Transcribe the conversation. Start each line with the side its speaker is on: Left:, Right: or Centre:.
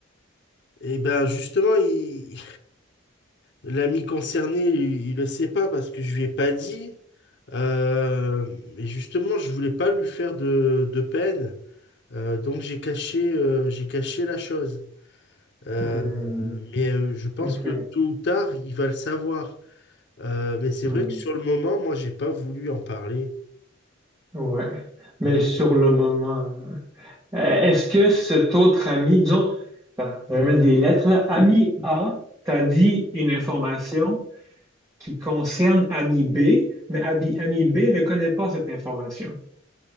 Left: Et ben justement, il- l'ami concerné, il, il le sait pas parce que je lui ai pas dit. Euh, et justement, je voulais pas lui faire de, de peine, Euh, donc j'ai caché, euh, j'ai caché la chose. Euh,
Right: Hmm,
Left: mais euh, je pense
Right: ok.
Left: que tôt ou tard, il va le savoir. Euh, mais c'est
Right: Hmm,
Left: vrai que sur le moment, moi, j'ai pas voulu en parler.
Right: ouais. Mais
Left: Mais
Right: sur le moment, euh, est-ce que cet autre ami, disons, attends, je vais mettre des lettres, là. Ami A t'a dit une information qui concerne ami B, mais ami, ami B ne connaît pas cette information.